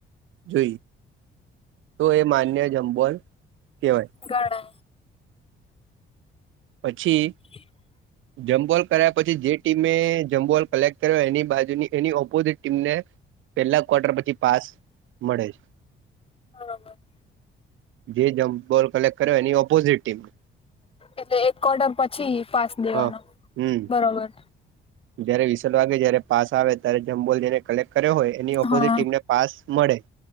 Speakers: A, on the right; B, on the left.
A: જોઈએ તો એ માન્ય જમબોલ કેવાય.
B: ગણાય.
A: પછી.
B: <inaudible>
A: જમ્બોલ કરાયા પછી જે ટીમે જમ્બોલ કલેક્ટ કર્યો એની બાજુની એની ઓપોઝિટ ટીમને. પેલા ક્વાર્ટર પછી પાસ મળે છે.
B: <inaudible>
A: જે જંપ બોલ કલેક્ટ કર્યો એની ઓપોઝિટ ટીમ
B: એટલે એક કોટર પછી પાસ દેવાનો
A: હા હમ
B: બરોબર
A: જયારે વિસલ વાગે જયારે પાસ આવે ત્યારે જમ્બોલ જેને કલેક્ટ કર્યો હોય એની અપોઝિટ
B: હા
A: ટીમને પાસ મળે